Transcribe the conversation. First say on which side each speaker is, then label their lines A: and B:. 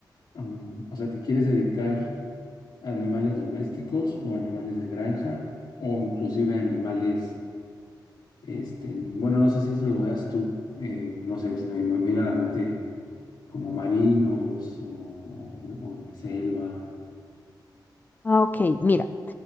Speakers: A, on the left; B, on the left.
A: mm, o sea, ¿te quieres dedicar a animales domésticos o animales de granja o inclusive a animales, este, bueno, no sé si eso lo veas tú, eh, no sé, se me viene a la mente como marinos o, o- o de selva,
B: Ah, ok, mira.